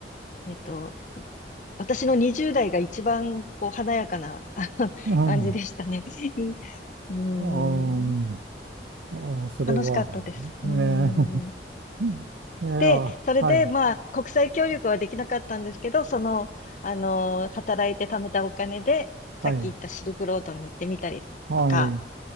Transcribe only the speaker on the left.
えっと、私の20代が一番こう華やかなあの <laughs>
感じでしたね。<laughs> うーん。
楽しかったです。
うーん。
で、それで、まあ、国際協力はできなかったんですけど、その、あのー働いて貯めたお金で、さっき言ったシルクロードに行ってみたりとか、